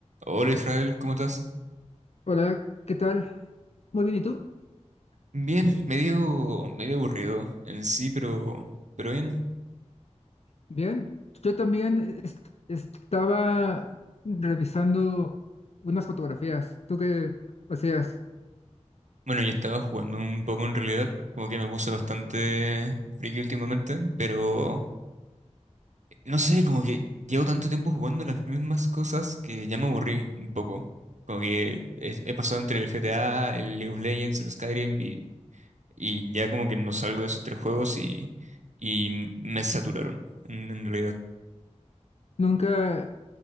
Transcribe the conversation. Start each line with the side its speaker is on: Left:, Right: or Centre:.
Right: Hola Israel, ¿cómo estás?
Left: Hola, ¿qué tal? Muy bien, ¿y tú?
Right: Bien, medio, medio aburrido en sí, pero, pero bien.
Left: Bien. Yo también est- estaba revisando unas fotografías. ¿Tú qué hacías?
Right: Bueno, yo estaba jugando un poco en realidad, como que me puse bastante friki últimamente, pero no sé, como que llevo tanto tiempo jugando las mismas cosas que ya me aburrí un poco. Como que he, he pasado entre el GTA, el League of Legends, el Skyrim y, y ya como que no salgo de esos tres juegos y, y me saturaron en en realidad.
Left: Nunca